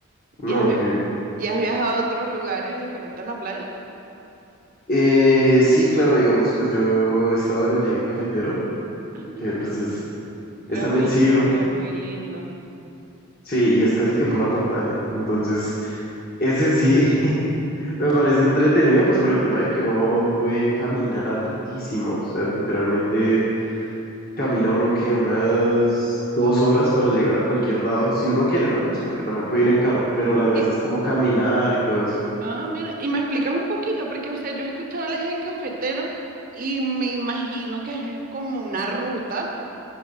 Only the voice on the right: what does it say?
¿Y has, vi-
y has viajado a otros lugares diferentes a la playa?
Ah, mira,
lo he
visto y se ve muy lindo.
Y,
ah, mira, y me explicas un poquito, porque o sea, yo he escuchado el eje cafetero y me imagino que es como una ruta